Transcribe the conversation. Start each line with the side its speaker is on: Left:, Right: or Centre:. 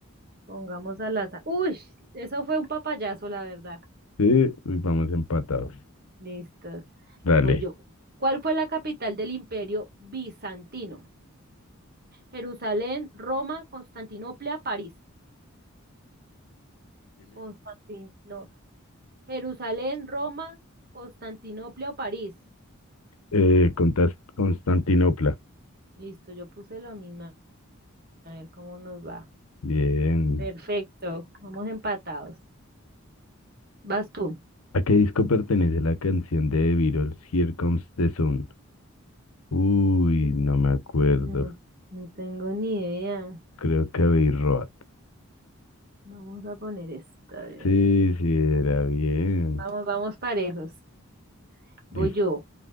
Right: Pongamos al azar. Uy, eso fue un papayazo, la verdad.
Left: Sí, uy, vamos empatados.
Right: Listo,
Left: Dale.
Right: voy yo. ¿Cuál fue la capital del Imperio Bizantino? Jerusalén, Roma, Constantinopla, París. Constantino, Jerusalén, Roma, Constantinopla o París.
Left: Eh, contas- Constantinopla.
Right: Listo, yo puse lo mismo. A ver cómo nos va.
Left: Bien.
Right: Perfecto, vamos empatados. Vas tú.
Left: ¿A qué disco pertenece la canción de The Beatles, Here Comes the Sun? Uy, no me acuerdo.
Right: No, no tengo ni idea.
Left: Creo que Abbey Road.
Right: Vamos a poner esta, a ver.
Left: Sí, sí, era bien.
Right: Vamos, vamos parejos. Voy
Left: Lis-
Right: yo.